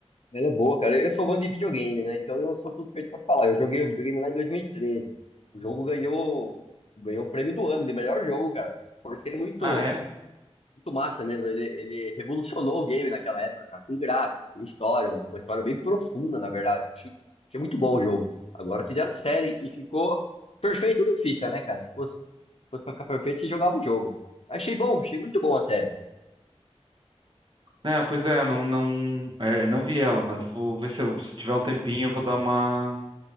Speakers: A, on the left; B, on the right.
A: Ela é boa, cara. Eu sou fã de videogame, né? Então eu sou suspeito pra falar. Eu joguei o videogame lá em 2013. O jogo ganhou, ganhou o prêmio do ano de melhor jogo, cara. Por ser muito
B: Ah, é?
A: muito massa mesmo. Ele, ele revolucionou o game naquela época, cara, com gráfico, com história, uma uma história bem profunda, na verdade. Achei, achei muito bom o jogo. Agora fizeram a série e ficou perfeito, não fica, né, cara? Se fosse, fosse pra ficar perfeito, você jogava o jogo. Achei bom, achei muito bom a série.
B: É, pois é, eu não, não, é, não vi ela, mas vou ver se eu, se tiver um tempinho, eu vou dar uma,